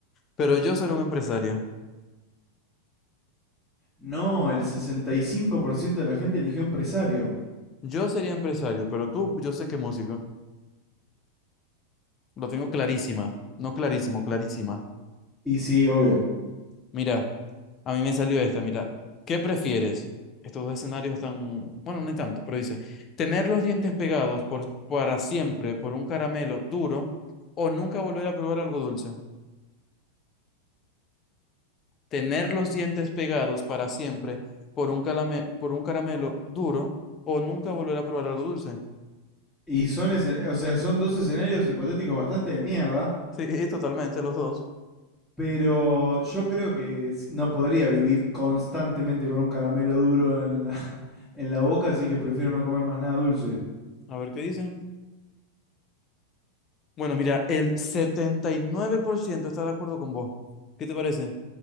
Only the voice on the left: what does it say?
Pero yo seré un empresario.
Yo sería empresario, pero tú, yo sé que músico. Lo tengo clarísima. No clarísimo, clarísima.
Mira, a mí me salió esta, mira. ¿Qué prefieres? Estos dos escenarios están, bueno, no hay tanto, pero dice, tener los dientes pegados por, para siempre por un caramelo duro o nunca volver a probar algo dulce. Tener los dientes pegados para siempre por un calame- por un caramelo duro o nunca volver a probar algo dulce.
Sí, <laughs> totalmente, los dos.
A ver qué dicen. Bueno, mira, el 79% está de acuerdo con vos. ¿Qué te parece?